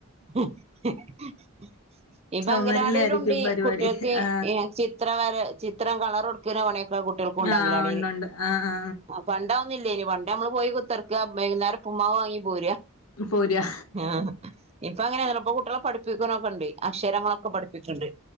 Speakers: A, on the right; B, on the left.
A: <unintelligible> ഇപ്പൊ
B: ചുമരിലായിരിക്കും
A: അംഗലവാടിലുണ്ട്
B: പരിപാടി
A: കുട്ട്യേക്ക്
B: ആ
A: ഏ ചി ചിത്ര വര ചിത്രം കളറൊട്ക്കല പണിക്കെ കുട്ട്യേൾക്കുണ്ടങ്കലവാടീല്.
B: ആ ഉണ്ടുണ്ട് ആ ആ
A: പണ്ടവുന്നില്ലേനി പണ്ടമ്മള് പോയി കുത്തിർക്കാ ബയ്കുന്നേരം ഉപ്പുമ്മാവാങ്ങി പോരാ.
B: പോരാ
A: ആഹ് ഇപ്പ അങ്ങനല്ല ഇപ്പോ കുട്ടിളെ പഠിപ്പിക്കനൊക്കെണ്ട്. അക്ഷരങ്ങളൊക്കെ പഠിപ്പിക്ക്ണ്ട്.